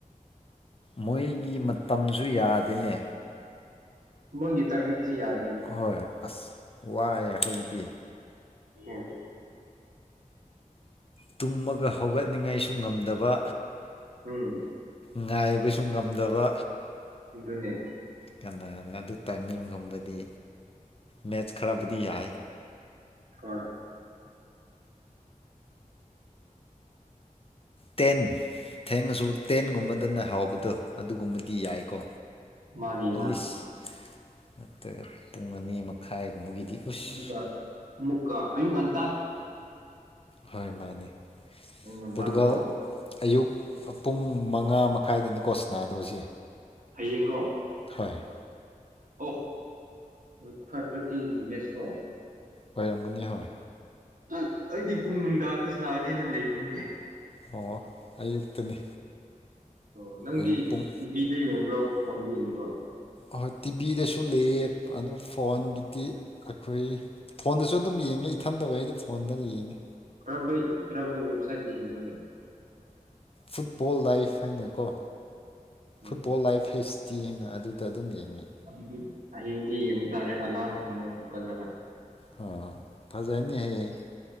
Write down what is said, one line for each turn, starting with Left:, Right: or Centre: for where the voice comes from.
Left: ꯃꯣꯏꯒꯤ ꯃꯇꯝꯁꯨ ꯌꯥꯗꯦꯅꯦ
Right: ꯃꯣꯏꯒꯤ ꯇꯥꯏꯃꯤꯡꯁꯤ ꯌꯥꯗꯦꯅꯤ
Left: ꯍꯣꯏ ꯑꯁ ꯋꯥꯏꯑꯦ ꯑꯈꯣꯏꯒꯤꯗꯤ
Right: ꯍꯣꯏ
Left: ꯇꯨꯝꯃꯒ ꯍꯧꯒꯠꯅꯤꯡꯉꯥꯏꯁꯨ ꯉꯝꯗꯕ
Right: ꯎꯝ
Left: ꯉꯥꯏꯕꯁꯨ ꯉꯝꯗꯕ
Right: ꯑꯗꯨꯅꯦ
Left: ꯀꯅꯥꯅ ꯑꯗꯨ ꯇꯥꯏꯃꯤꯡ ꯉꯝꯕꯗꯤ ꯃꯦꯠꯁ ꯈꯔꯕꯨꯗꯤ ꯌꯥꯏ
Right: ꯍꯣꯏ
Left: ꯇꯦꯟ ꯊꯦꯡꯉꯁꯨ ꯇꯦꯟꯒꯨꯝꯕꯗꯅ ꯍꯥꯎꯕꯗꯣ ꯑꯗꯨꯒꯨꯝꯕꯗꯤ ꯌꯥꯏꯀꯣ
Right: ꯃꯥꯅꯤ
Left: ꯑꯦꯠꯂꯤꯁ
Right: ꯃꯥꯅꯤ
Left: ꯅꯠꯇ꯭ꯔꯒ ꯄꯨꯡ ꯑꯅꯤ ꯃꯈꯥꯏꯒꯨꯝꯕꯒꯤꯗꯤ ꯎꯁ
Right: ꯑꯗꯨꯒ ꯑꯃꯨꯛꯀ ꯑꯌꯨꯛ ꯉꯟ
Left: ꯍꯣꯏ ꯃꯥꯅꯦ
Right: ꯑꯌꯨꯛ ꯉꯟꯇꯥꯗꯀꯣ
Left: ꯄꯣꯔꯇꯨꯒꯜ ꯑꯌꯨꯛ ꯄꯨꯡ ꯃꯉꯥ ꯃꯈꯥꯏꯗꯅꯤꯀꯣ ꯁꯅꯥꯗꯣꯏꯁꯦ
Right: ꯍꯌꯦꯡꯔꯣ
Left: ꯍꯣꯏ
Right: ꯑꯣ ꯗꯨ ꯐ꯭ꯋꯥꯥꯏꯚ ꯊꯥꯔꯇꯤꯒꯤꯗꯤ ꯃꯦꯠꯁꯔꯣ
Left: ꯑꯣꯏꯔꯝꯒꯅꯤ ꯍꯣꯏ
Right: ꯑ ꯑꯩꯗꯤ ꯄꯨꯡ ꯅꯨꯡꯗꯥꯡꯗ ꯁꯅꯥꯒꯅꯦꯅ ꯂꯩꯕꯅꯤꯅꯦ
Left: ꯑꯣ ꯑꯌꯨꯛꯇꯅꯤ
Right: ꯑꯣ ꯅꯪꯗꯤ
Left: ꯑꯌꯨꯛ ꯄꯨꯡ
Right: ꯇꯤꯚꯤꯗ ꯌꯦꯡꯕ꯭ꯔꯣ ꯐꯣꯟꯗ ꯌꯦꯡꯕ꯭ꯔꯣ
Left: ꯑꯍꯣꯏ ꯇꯤꯚꯤꯗꯁꯨ ꯂꯩꯌꯦ ꯑꯗꯨ ꯐꯣꯟꯒꯤꯗꯤ ꯑꯈꯣꯏ ꯐꯣꯟꯗꯁꯨ ꯗꯨꯝ ꯌꯦꯡꯉꯦ ꯏꯊꯟꯇ ꯑꯣꯏꯗꯤ ꯐꯣꯟꯗ ꯌꯦꯡꯉꯤ
Right: ꯀꯔꯝꯕꯩ ꯀꯔꯝꯕ ꯋꯦꯕꯁꯥꯏꯠꯇ ꯌꯦꯡꯕ꯭ꯔꯥꯅꯦ
Left: ꯐꯨꯠꯕꯣꯜ ꯂꯥꯏꯐ ꯍꯥꯏꯅꯀꯣ
Right: ꯎꯝ
Left: ꯐꯨꯠꯕꯣꯜ ꯂꯥꯏꯐ ꯍꯩꯁ ꯇꯤ ꯍꯥꯏꯅ ꯑꯗꯨꯗ ꯑꯗꯨꯝ ꯌꯦꯡꯉꯦ
Right: ꯑꯗꯨꯗꯤ ꯍꯌꯦꯡꯗꯤ ꯌꯦꯡꯕ ꯇꯥꯔꯦ ꯑꯂꯥꯔꯝ ꯊꯝꯔꯒ ꯍꯧꯒꯠꯂꯒ
Left: ꯍꯣ ꯍꯣꯏ ꯐꯖꯅꯤ ꯍꯌꯦꯡ